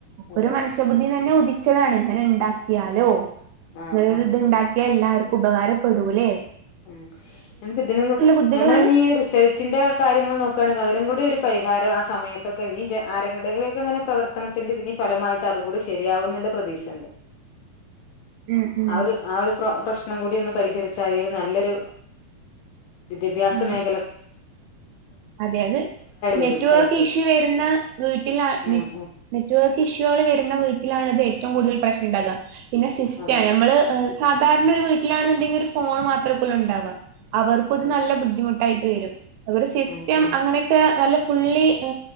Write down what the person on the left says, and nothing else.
അതെ
ആ
ആ
ഉം എൻക്ക് തിന
നമ്മള് ഞ് റിസൾട്ടിന്റെ കാര്യങ്ങൾ നോക്കാണെങ്കിൽ അതിനും കൂടി ഒരു പരിഹാരം ആ സമയത്തൊക്കെ ഇ ആരടെങ്ങനെ പ്രവർത്തനത്തിന്റെ ഇതിനി ഫലമായിട്ട് അതുകൂടി ശരിയാവുന്നുള്ള പ്രതീക്ഷണ്ട്
ആഒരു ആഒരു പ്രശ് ണം കൂടി ഒന്ന് പരിഹരിച്ചായിരുന്നു നല്ലൊരു വിദ്യാഭ്യസ
മേഖല
വരും സൈറ്റ്
ഉം ഉം
അതെ
അതെ
ഉം ഉം